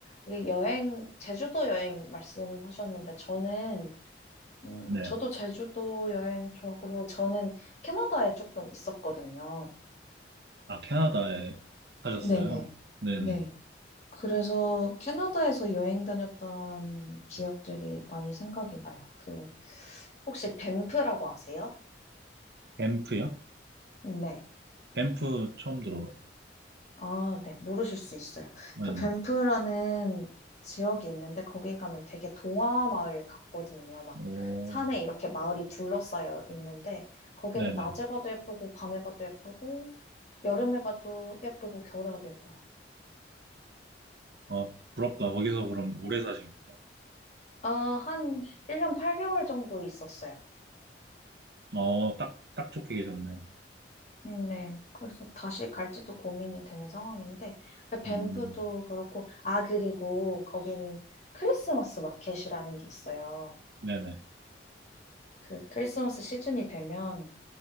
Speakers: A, on the left; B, on the right.
A: 이 여행, 제주도 여행 말씀하셨는데, 저는, 음,
B: 네.
A: 저도 제주도 여행 좋아하고, 그리고 저는 캐나다에 조금 있었거든요.
B: 아, 캐나다에 사셨어요?
A: 네네.
B: 네네.
A: 네. 그래서 캐나다에서 여행 다녔던 기억들이 많이 생각이 나요. 그, 혹시 밴프라고 아세요?
B: 밴프요?
A: 네.
B: 밴프 처음 들어봐요.
A: 아, 네. 모르실 수 있어요.
B: 네네.
A: 그 밴프라는 지역이 있는데 거기 가면 되게 동화 마을 같거든요. 막
B: 오,
A: 산에 이렇게 마을이 둘러싸여 있는데 거기는
B: 네네.
A: 낮에 봐도 예쁘고 밤에 봐도 예쁘고 여름에 가도 예쁘고 겨울에 가도 예뻐요.
B: 아, 부럽다. 거기서 그럼 오래 사신 거예요?
A: 아, 한 1년 8개월 정도 있었어요.
B: 어, 딱, 딱 좋게 계셨네.
A: 음, 네. 그래서 다시 갈지도 고민이 되는 상황인데, 밴프도
B: 음,
A: 그렇고, 아, 그리고 거기는 크리스마스 마켓이라는 게 있어요.
B: 네네.
A: 그 크리스마스 시즌이 되면